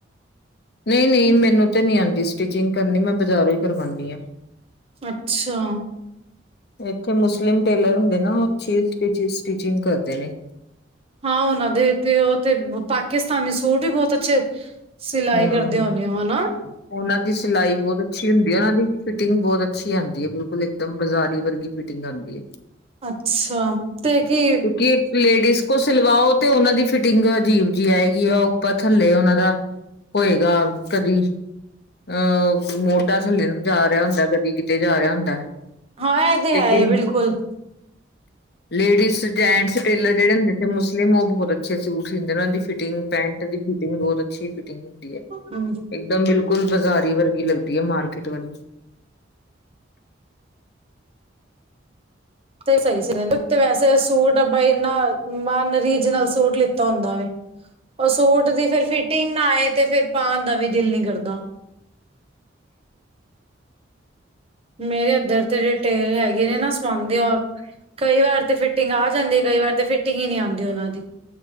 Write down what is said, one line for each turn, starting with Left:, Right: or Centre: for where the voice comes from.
Left: ਨਹੀਂ ਨਹੀਂ ਮੈਨੂੰ ਤੇ ਨਹੀਂ ਆਉਂਦੀ ਸਟਿਚਿੰਗ ਕਰਨੀ ਮੈਂ ਬਾਜ਼ਾਰੋਂ ਹੀ ਕਰਵਾਉਦੀ ਹਾਂ
Right: ਅੱਛਾ
Left: ਇੱਥੇ ਮੁਸਲਿਮ ਟੇਲਰ ਹੁੰਦੇ ਨਾ ਉਹ <unintelligible> ਸਟਿਚਿੰਗ ਕਰਦੇ ਨੇ
Right: ਹਾਂ ਉਹਨਾਂ ਦੇ ਤੇ ਉਹ ਤੇ ਪਾਕਿਸਤਾਨੀ ਸੂਟ ਵੀ ਬਹੁਤ ਅੱਛੇ ਸਿਲਾਈ
Left: ਹਮ
Right: ਕਰਦੇ ਉਹੇ <unintelligible>
Left: ਉਹਨਾਂ ਦੀ ਸਿਲਾਈ ਬਹੁਤ ਅੱਛੀ ਹੁੰਦੀ ਉਹਨਾਂ ਦੀ ਫਿਟਿੰਗ ਬਹੁਤ ਅੱਛੀ ਆਉਂਦੀ ਹੈ ਬਿਲਕੁਲ ਇੱਕਮ ਬਾਜ਼ਾਰੀ ਵਰਗੀ ਫਿਟਿੰਗ ਆਉਂਦੀ ਹੈ
Right: ਅੱਛਾ ਤੇ ਕੀ
Left: ਕਿਉਂਕਿ ਲੇਡੀਜ਼ ਸਿਲਵਾਓ ਤੇ ਉਹਨਾਂ ਦੀ ਫਿਟਿੰਗ ਅਜੀਬ ਜਿਹੀ ਆਏਗੀ ਆ ਉੱਪਰ ਥੱਲੇ ਉਹਨਾਂ ਦਾ ਹੋਏਗਾ ਕਦੀ ਅਹ ਮੋਢਾ ਥੱਲੇ ਨੂੰ ਜਾ ਰਿਹਾ ਹੁੰਦਾ ਕਦੀ ਕਿਤੇ ਜਾ ਰਿਹਾ ਹੁੰਦਾ
Right: ਹਾਂ ਇਹ ਤੇ
Left: ਲੇਕਿਨ
Right: ਹੈਏ ਬਿਲਕੁਲ
Left: ਲੇਡੀਜ਼ ਜੈਂਟਸ ਟੇਲਰ ਜਿਹੜੇ ਹੁੰਦੇੇ ਸੁਸਲਿਮ ਉਹ ਬਹੁਤ ਅੱਛੇ ਸੂਟ ਸੀਦੇ ਉਹਨਾਂ ਦੀ ਫਿਟਿੰਗ ਪੈਂਟ ਦੀ ਫਿਟਿੰਗ ਬਹੁਤ ਅੱਛੀ ਫਿਟਿੰਗ ਹੁੰਦੀ ਹੈ
Right: ਹਮ
Left: ਇਕਦਮ ਬਿਲਕੁਲ ਬਾਜ਼ਾਰੀ ਵਰਗੀ ਲੱਗਦੀ ਹੈ ਮਾਰਕੀਟ ਵਾਲੀ
Right: ਤੇ ਸਹੀ ਸੀ ਵੈਸੇ ਸੂਟ ਬਨਾ ਮਨ <unintelligible> ਰੀਜਨਲ ਸੂਟ ਲਿੱਤਾ ਹੁੰਦਾ ਵ ਉਹ ਸੂਟ ਦੀ ਫਿਰ ਫਿਟਿੰਗ ਨਾ ਆਏ ਤੇ ਫਿਰ ਪਾਉਣ ਦਾ ਵੀ ਦਿਲ ਨਹੀ ਕਰਦਾ ਮੇਰੇ ਇਧਰ ਤੇ ਟੇਲਰ ਹੈਗੇ ਨੇ ਨਾ ਸਵਾਉਦੇ ਕਈ ਵਾਰ ਤੇ ਫਿਟਿੰਗ ਆ ਜਾਂਦੀ ਹੈ ਕਈ ਵਾਰ ਤੇ <unintelligible> ਟਟਿੰਗ ਹੀ ਨੀ ਆਉਂਦੀ ਉਹਨਾਂ ਦੀ